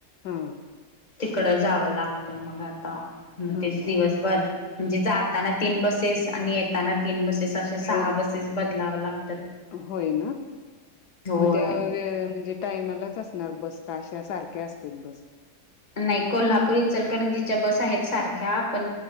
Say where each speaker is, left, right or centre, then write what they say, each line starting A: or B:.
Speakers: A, on the left (about 75°); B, on the left (about 25°).
A: हा
B: तिकड जावं लागतं मग आता म
A: हां,
B: ते दिवसभर म्हणजे जाताना तीन बसेस आणि येताना तीन बसेस अशा सहा
A: एवढं
B: बसेस बदलाव लागतात.
A: होय ना
B: होय
A: मग त्या म्हणजे टाईमालाच असणार बस काशा सारख्या असते बस
B: नाही कोल्हापूरी इचलकरंजीच्या बस आहेत सारख्या पण